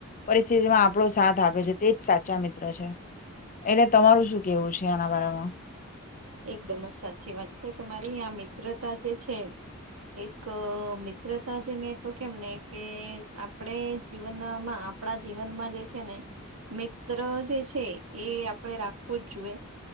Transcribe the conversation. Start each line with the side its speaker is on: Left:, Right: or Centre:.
Left: પરિસ્થિતિમાં આપણો સાથ આપે છે. તેજ સાચા મિત્ર છે, એટલે તમારું શું કેવું છે આના બરામાં.
Right: એકદમ જ સાચી વાત છે તમારી આ મિત્રતા જે છે, એક મિત્રતા જે મેં તો કેમને કે આપણે જીવનમાં આપણા જીવનમાં જે છે ને મિત્ર જે છે, એ આપણે રાખવું જ જોઈએ,